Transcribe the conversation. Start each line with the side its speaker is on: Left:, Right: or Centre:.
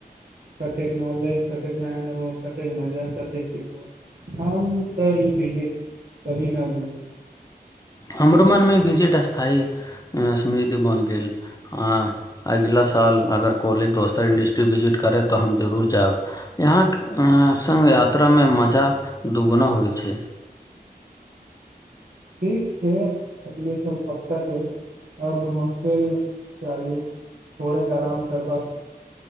Right: कतेक नॉलेज कतेक नया नया कतेक मजा कतेक हम तऽ ई विजिट कभी न भुलबै
Left: हमरो मनमे ई विजिट स्थायी समिति बनि गेल आ अगिला साल अगर कॉलेज दोसर इंडर्स्ट्री विजिट करय तऽ हम जरूर जायब यहाँ सङ्ग यात्रामे मजा दुूगुना होइ छै
Right: ठीक छै अगले साल पक्का चल अब हॉस्टल चालू थोड़े आराम करबाक